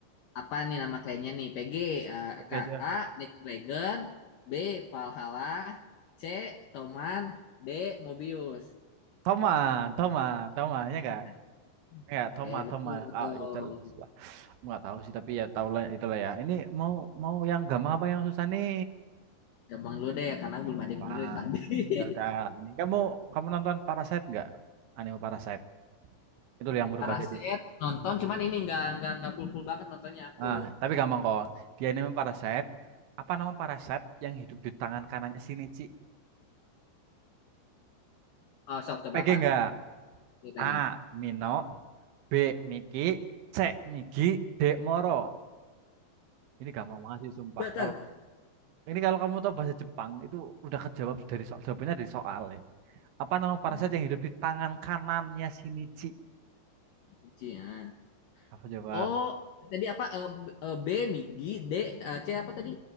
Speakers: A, on the left; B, on the right.
A: Apa nih nama kliennya nih? PG, eh,
B: PG
A: Kak,
B: aja
A: A, Black Dragon, B, Valhalla, C, Toman, D, Mobius.
B: Toma Toma Toma ya enggak
A: <laughs>
B: enggak
A: Oke,
B: Toma
A: betul,
B: Toma
A: betul.
B: oh ya jelas lah nggak tahu sih tapi ya tahu lah itulah ya ini mau mau yang gampang apa yang susah nih
A: Gampang dulu deh karena
B: yang
A: belum
B: gampang
A: ada yang bener dari tadi. <laughs>
B: ya udah ini kamu kamu nonton Parasite nggak anime Parasite itu yang berubah
A: Paraset
B: jadi
A: nonton cuman ini nggak nggak nggak full full banget nontonnya aku.
B: ah tapi gampang kok di anime Parasite apa nama Parasite yang hidup di tangan kanannya Shinichi
A: Oh, sok coba
B: PG
A: apa?
B: nggak
A: Dia lagi.
B: A Mino B Miki C Migi D Moro ini gampang banget sih sumpah
A: Dokter.
B: kalau Ini kalau kamu tahu bahasa Jepang itu udah kejawab dari soal jawabannya dari soal ini. Apa nama parasit
A: Hmm,
B: yang hidup di tangan kanannya Shinichi?
A: Ichi, ya.
B: Apa coba?
A: Oh, tadi apa eh, B, eh, B, Migi, D, eh, C apa tadi?